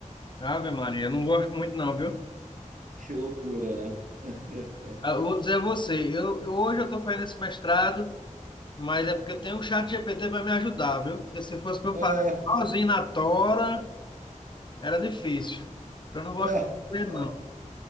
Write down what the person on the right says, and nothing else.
Que loucura, né? <laughs>
Ah,
ah,
ah,